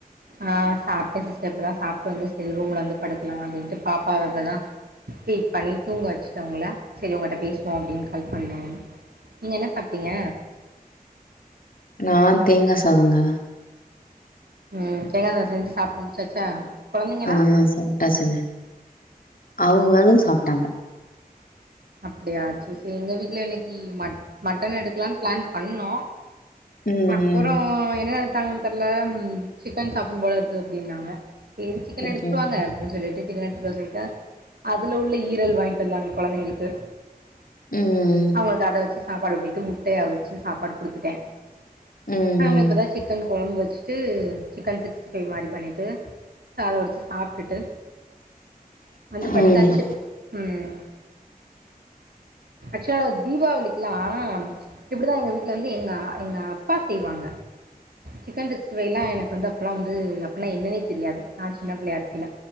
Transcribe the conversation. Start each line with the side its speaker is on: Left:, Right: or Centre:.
Right: ஆ சாப்ட்டன் சிஸ்டர் இப்பதா சாப்ட்டு வந்து செரி ரூம்ல வந்து படுக்கலான் அப்டின்ட்டு பாப்பாவ இப்பதா ஃபீட் பண்ணி தூங்க வெச்சுட்டோ அவுங்கள செரி உங்கள்ட்ட பேசுவோ அப்டின்னு கால் பண்ண நீங்க என்ன சாப்டீங்க
Left: நா தேங்கா சாதோங்க
Right: ம் தேங்கா சாதோ செஞ்சு சாப்ட்டு முடிச்சாச்சா கொழந்தைங்களா
Left: ஆ சாப்டாச்சுங்க அவுங்களு சாப்டாங்க
Right: அப்டியா சேரி சேரி எங்க வீட்ல இன்னிக்கு ம மட்டன் எடுக்கலான் பிளான் பண்ணோ
Left: ம்
Right: அப்றோ
Left: ம்
Right: என்ன நெனச்சாங்கன்னு தெர்ல சிக்கன் சாப்பிடனும் போல இருக்கு அப்டின்னாங்க சேரி சிக்கன்
Left: ஓகே
Right: எடுத்துட்டு
Left: ஓகே
Right: வாங்க னு சொல்லிட்டு சிக்கன் எடுத்துட்டு வர சொல்லிட்டு அதுல உள்ள ஈரல் வாங்கிட்டு வந்தாங்க கொழந்தைங்களுக்கு
Left: ம்
Right: அவுங்களுக்கு அத வெச்சு சாப்பாடு ஊட்டிட்டு முட்டய அவிச்சு சாப்பாடு குடுத்துட்டேன்
Left: ம்
Right: நாங்க இப்பதா சிக்கன் கொழம்பு வெச்சுட்டு சிக்கன் சிக்ஸ்டி ஃபைவ் மாரி பண்ணிட்டு சாதோ வடிச்சு சாப்டுட்டு வந்து படுத்தாச்சு
Left: ம்
Right: ம் அச்சா தீபாவளிக்கெல்லா இப்டிதா எங்க வீட்லந்து எங்க எங்க அப்பா செய்வாங்க சிக்கன் சிக்ஸ்டி ஃபைவ்ல்லா எனக்கு வந்து அப்பல்லா வந்து அப்பனா என்னனே தெரியாது நான் சின்ன பிள்ளயா இருக்கைல